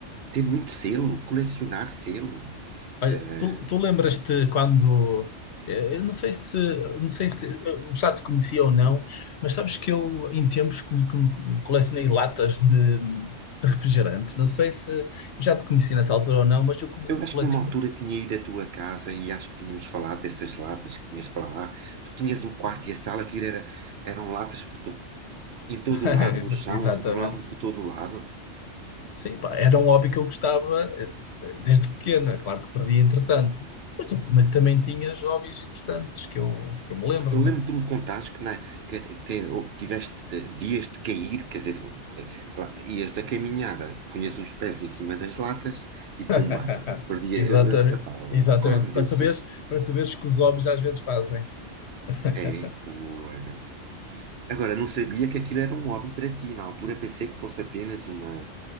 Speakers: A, on the right (about 65°); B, on the left (about 65°).
A: Tem muito selo, colecionar selo.
B: Olha,
A: Eh,
B: tu, tu lembras-te quando, eh, eu não sei se, não sei se eh, já te conhecia ou não, mas sabes que eu em tempos co- co- colecionei latas de, de refrigerante. Não sei se já te conheci nessa altura ou não, mas eu conheço
A: eu acho
B: coleciono.
A: que numa altura tinha ido à tua casa e acho que tínhamos falado dessas latas que tinhas para lá. Tu tinhas o quarto e a sala que era, eram latas por to- em todo
B: <laughs>
A: o lado,
B: Exa-
A: no chão,
B: Exatamente.
A: rebolavam por todo o lado.
B: Sim, pá, era um hobby que eu gostava eh, desde pequeno. É claro que perdi entretanto. Mas tu também, também tinhas hobbies interessantes que eu, que eu me lembro-me.
A: Eu lembro que tu me contaste que, na, que te- tiveste de- dias de cair, quer dizer, eh, lá- ias a caminhar, eh, punhas os pés em cima das latas e
B: <laughs>
A: pumba, perdia.
B: Exatamente,
A: Eu, eu, epá,
B: exatamente.
A: eu recordo-me
B: Para
A: disso.
B: tu veres, para tu veres que os hobbies às vezes fazem. <laughs>
A: É, o, eh, Agora, não sabia que aquilo era um hobby para ti. Na altura pensei que fosse apenas uma,